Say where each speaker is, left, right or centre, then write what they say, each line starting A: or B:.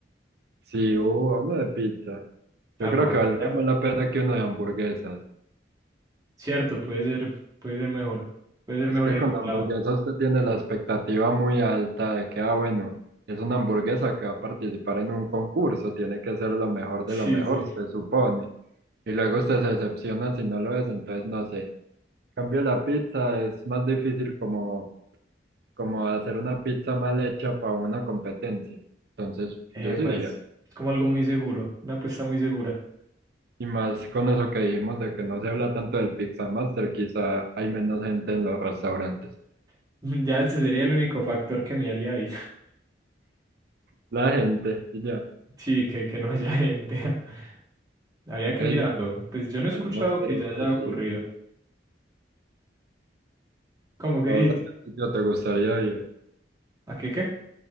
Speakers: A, on the right; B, on the right.
A: Sí, hubo uno de pizza.
B: Aguanta.
A: Yo creo que valdría más la pena que uno de hamburguesas.
B: Cierto, puede ser, puede ser mejor. Puede ser
A: Es
B: mejor
A: que
B: ejecutado.
A: con la hamburguesa
B: <laughs>
A: usted tiene la expectativa muy alta de que, ah, bueno, es una hamburguesa que va a participar en un concurso, tiene que ser lo mejor de
B: Sí,
A: lo mejor,
B: sí.
A: se supone. Y luego usted se decepciona si no lo es, entonces no sé. En cambio, la pizza es más difícil como, como hacer una pizza mal hecha para una competencia. Entonces,
B: Eh,
A: yo sí
B: pues,
A: iría.
B: es como algo muy seguro, una apuesta muy segura.
A: Y más con eso que dijimos de que no se habla tanto del Pizza Master, quizá hay menos gente en los restaurantes.
B: <laughs> Ya ese sería el único factor que me haría ir. <laughs>
A: La gente, y ya.
B: Sí, que, que no haya gente. <laughs> Habría que
A: Ey,
B: mirarlo. Pues yo no he
A: Tenemos
B: escuchado
A: que
B: que
A: ir a
B: ya
A: otro
B: haya ocurrido.
A: sitio.
B: ¿Cómo que
A: ¿A
B: dices?
A: vos a qué sitio te gustaría ir?
B: ¿A qué qué?